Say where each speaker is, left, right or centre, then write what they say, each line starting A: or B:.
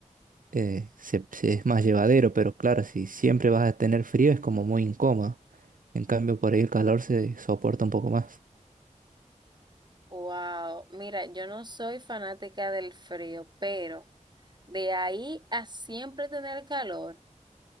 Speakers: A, on the right (about 85°); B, on the right (about 35°).
A: eh, se- se- es más llevadero, pero claro, si siempre vas a tener frío es como muy incómodo. En cambio, por ahí el calor se soporta un poco más.
B: Wow, mira, yo no soy fanática del frío, pero de ahí a siempre tener calor,